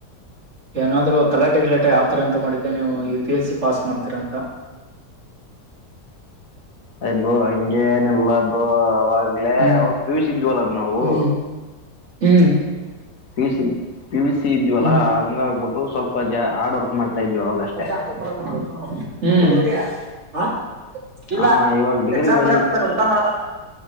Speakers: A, on the right (about 40°); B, on the left (about 55°).
A: ಏನಾದ್ರರು ತಲಾಟೆ ಗಿಲಾಟೆ ಆತರ ಅಂತ ಮಾಡಿದ್ದೆ ನೀವು ಪಿ ಎಚ್ ಸಿ ಪಾಸ್ ಮಾಡ್ತೀರಂತ
B: ಹೈ ಬ್ರೋ ಹೈ ಹಂಗೇನಲ್ಲ ಬ್ರೋ ಅವಾಗ್ಲೇ
A: ಹ್ಮ್
B: ಅವಾಗ ಪಿಯುಷಿ ಇದವಲ್ಲ ನಾವು
A: ಹ್ಮ್ ಹ್ಮ್
B: P C P U C ಇದ್ವಲ್ಲಾ
A: ಹ್ಮ್
B: ಹಂಗಾಗಬಿಟ್ಟು ಸ್ವಲ್ಪ ಜ ಹಾರ್ಡ್ ವರ್ಕ್ ಮಾಡ್ತಾ ಇದ್ವಿ. ಅವಾಗ ಅಷ್ಟೇ
A: ಹ ಶಂತ ಕಲಕ ಹ <unintelligible> ಇಲ್ಲ
B: ಹಾ ಇವಾಗ ಡಿಗ್ರಿ
A: ಎಕ್ಸಾಮ್
B: ಬಂದ್
A: ಬರೆಕ್ ಹೊಕ್ಕನ್ ಊಟ ಮಾಡಲ್ಲ